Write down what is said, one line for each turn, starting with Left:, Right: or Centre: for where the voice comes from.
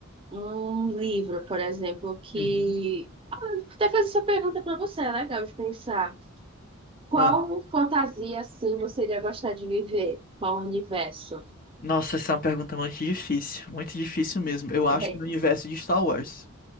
Right: um livro, por exemplo, que.
Left: uhum.
Right: Vou até fazer essa pergunta para você, é legal de pensar. Qual
Left: Ah,
Right: fantasia, assim, você iria gostar de viver? Qual universo?
Left: nossa, essa é uma pergunta muito difícil, muito difícil mesmo. Eu acho
Right: <laughs>
Left: que no universo de Star Wars.